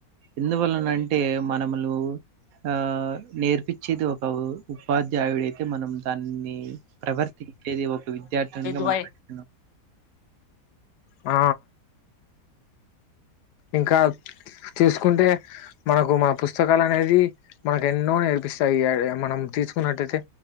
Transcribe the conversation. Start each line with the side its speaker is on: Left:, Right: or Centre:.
Right: ఎందువలన అంటే మనములు ఆ నేర్పిచ్చేది ఒక ఉపాధ్యాయుడ అయితే మనం దాన్ని ప్రవర్తించేది ఒక విద్యార్థినిగా
Left: ఓవై
Right: మనం నడుస్తున్నాం <unintelligible>
Left: ఆ ఇంకా తీసుకుంటే మనకు మా పుస్తకాలు అనేది మనకు ఎన్నో నేర్పిస్తాయి ఇగ మనం తీసుకున్నట్టయితే